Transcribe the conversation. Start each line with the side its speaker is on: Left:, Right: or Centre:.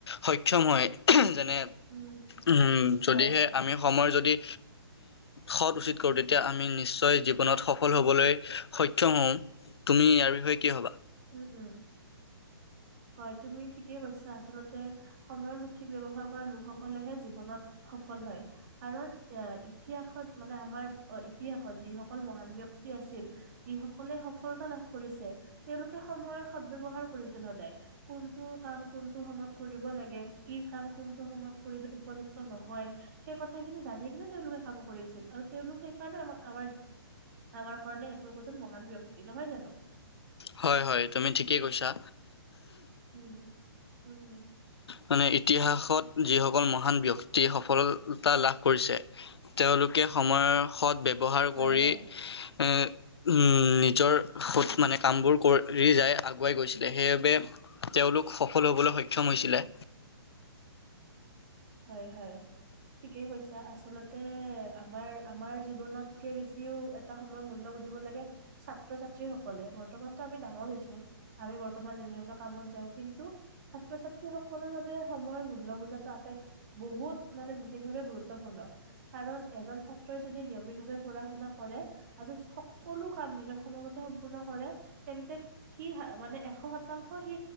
Left: সক্ষম হয়। <unintelligible> যেনে
Right: উম,
Left: উম যদিয়ে
Right: হয়, হয়,
Left: আমি সময়ৰ যদি সৎ উচিত কৰোঁ, তেতিয়া আমি নিশ্চ শ্চয় জীৱনত সফল হবলৈ সক্ষম হওঁ, তুমি ইয়াৰ বিষয়ে কি ভাবা?
Right: উম উম হয়, তুমি ঠিকেই কৈছা। আচলতে সময়ৰ সঠিক ব্যৱহাৰ কৰা লোকসকলেহে জীৱনত সফল হয়। কাৰণ এ ইতিহাসত মানে আমাৰ ইতিহাসত যিসকল মহান ব্যক্তি আছিল। যি সকলে সফলতা লাভ কৰিছে, তেওঁলোকে সময়ৰ সদ ব্যৱহাৰ কৰিছিল সদায়। কোনটো কাম সময়ত কৰিব লাগে, কি কাম কোনটো সময়ত কৰিলে উপযুক্ত নহয়। সেই কথাখিনি জানি কিনে তেওঁলোকে কাম কৰিছিল, আৰু তেওঁলোক সেইকাৰণে আমাক আমাৰ আমাৰ কাৰণে একো একোজন মহান ব্যক্তি। নহয় জানো?
Left: হয়, হয়, তুমি ঠিকেই কৈছা।
Right: উম উম হম
Left: মানে ইতিহাসত যিসকল মহান ব্যক্তিয়ে সফলতা লাভ কৰিছে। তেওঁলোকে সময়ৰ সৎ ব্যৱহাৰ
Right: হয়
Left: কৰি
Right: হয়
Left: এ উম, নিজৰ
Right: উম
Left: সত
Right: হম
Left: মানে কামবোৰ কৰি যায় আগুৱাই গৈছিলে সেইবাবে তেওঁলোক সফল হ'বলৈ সক্ষম সক্ষম হৈছিলে।
Right: উম উম। হয়, হয়। ঠিকেই কৈছা আচলতে আমাৰ আমাৰ জীৱনতকে বেছিও এটা সময়ৰ মূল্য বুজিব লাগে ছাত্ৰ ছাত্ৰী সকলে বৰ্তমানতো আমি ডাঙৰ হৈছো। আমি বৰ্তমান নিজৰ নিজৰ কামত যাওঁ কিন্তু ছাত্ৰ ছাত্ৰী সকলৰ বাবে সময়ৰ মূল্য বুজাটো আটাইতকৈ বহুত মানে বিশেষভাৱে গুৰুত্বপূৰ্ণ। কাৰণ এজন ছাত্ৰই যদি নিয়মিত ভাবে পঢ়া শুনা কৰে। আৰু সকলো কাম নিজৰ সময়মতে সম্পূৰ্ণ কৰে তেন্তে সি মানে এশ শতাংশ সি